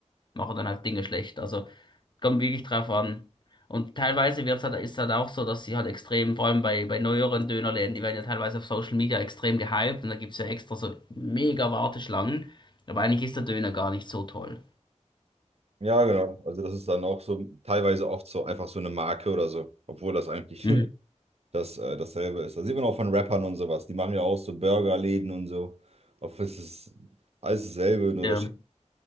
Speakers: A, on the left; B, on the right.
A: machen dann halt Dinge schlecht. Also kommt wirklich drauf an. Und teilweise wird's halt, ist halt auch so, dass sie halt extrem, vor allem bei, bei neueren Dönerläden, die werden ja teilweise auf Social Media extrem gehypt und da gibt's ja extra so mega Warteschlangen. Aber eigentlich ist der Döner gar nicht so toll.
B: Ja, genau. Also das ist dann auch so teilweise oft so einfach so eine Marke oder so, obwohl das eigentlich
A: Mhm.
B: <laughs> das äh, dasselbe ist. Das sieht man auch von Rappern und sowas. Die machen ja auch so Burgerläden und so. Auf es ist alles dasselbe, nur
A: Ja.
B: da steht